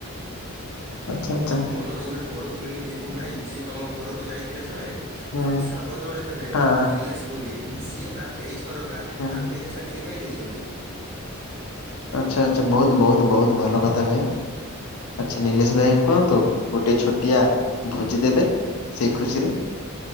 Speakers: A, on the left; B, on the right.
A: ଆଚ୍ଛା ଆଚ୍ଛା
B: ତାଙ୍କୁ ମନ <inaudible> ଯୋଉ ପଢୁଥିଲିନି ଦୀପୁ ଭାଇ, ଯିଏ ତୋମ ଘରକୁ ଯାଇଥିଲେ ଥରେ।
A: ହଁ
B: ତାଙ୍କ ସାଙ୍ଗ ଜଣେ ହେବେ
A: ହଁ
B: ନିଲେଶ ବୋଲି। ସିଏ ନା ଏଇଥରକା
A: ହଁ ହଁ।
B: ଆର୍ମି ରେ ଚାକି କିରି ପାଇ ଯାଇଛନ୍ତି।
A: ଆଚ୍ଛା, ଆଚ୍ଛା, ବହୁତ ବହୁତ ବହୁତ ଭଲ କଥା ଭାଇ। ଆଚ୍ଛା ନିଲେଶ ଭାଇଙ୍କୁ କୁହନ୍ତୁ। ଗୋଟେ ଛୋଟିଆ ଭୋଜି ଦେବେ ସେଇ ଖୁସିରେ।